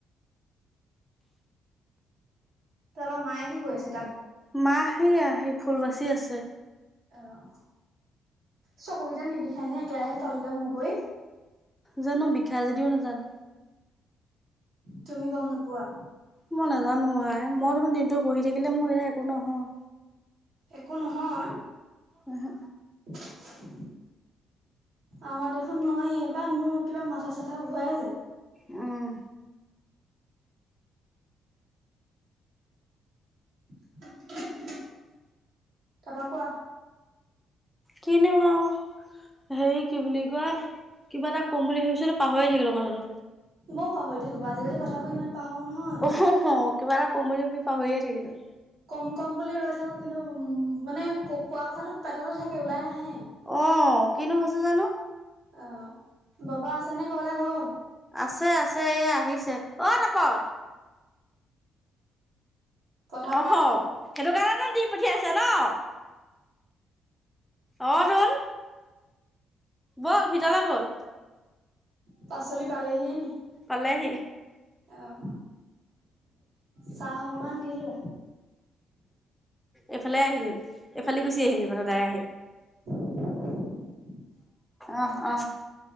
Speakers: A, on the right; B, in the centre.
A: তা আমাৰ মায়ে কি কৈছে
B: মা সেয়া সেই ফুল বাচি আছে
A: অহ চকু কেইটা নিবিষায়নে একেৰাহে তললে মোৰ কৰি
B: জানো, বিষাই যদিও নাজানো।
A: তুমি গম নোপোৱা?
B: মই নাজানো আই, মই দেখোন দিনটো বহি থাকিলে মোৰ সেয়া একো নহয়।
A: একো নহয়।
B: উমহু।
A: <unintelligible> আমাৰ দেখোন নোৱাৰি এ পাই মোৰ কিবা মাথা চাথা ঘূৰাই যায়।
B: উম।
A: <unintelligible> তাৰপা কোৱা
B: কিনো আৰু হেৰি কি বুলি কোৱা কিবা এটা ক'ম বুলি ভাবিছ পাহৰিয়ে থাকিলো কথাটো।
A: তোমাৰও পাহ হৈ থাকিব আজিকালি কথাবোৰ ইমান। পাহৰো নহয়।
B: অ কিবা এটা কম বুলি পাহৰিয়ে থাকিলো।
A: ক'ম ক'ম বুলি ৰৈ থাকোঁ, কিন্তু মানে উম ক কোৱা কথাটো পেটতে থাকে ওলাই নাহে
B: আহ কিনো হৈছে জানো।
A: অ বাবা আছেনে ক'ৰবালে গ'ল?
B: আছে আছে এ আহিছে, অ' তপন
A: পথাৰৰ
B: অহ
A: পৰা আহিলে
B: সেইটো কাৰণতো দি পঠিয়াইছে ন। অ ৰল বল ভিতলে বল।
A: পাচলি পালেহিয়েনি।
B: পালেহি
A: আহ চাহ অকমান দিলো।
B: এফালে আহিলি এইফালদি গুচি আহিলি মানে দাই
A: <unintelligible>
B: আহ আহ।